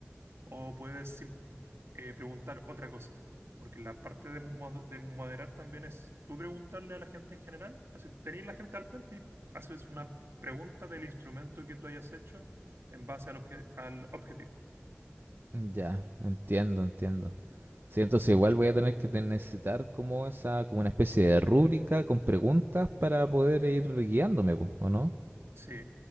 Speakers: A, on the right; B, on the right.
A: o puedes sim- eh, preguntar otra cosa. Porque la parte de, mod- de moderar también es tú preguntarle a la gente en general, así tener la gente al frente y haces una pregunta del instrumento que tú hayas hecho en base al, obje- al objetivo.
B: Ya, entiendo, entiendo. Sí, entonces igual voy a tener que te- necesitar como esa, como una especie de rúbrica con preguntas para poder ir guiándome, po, ¿o no?
A: Sí,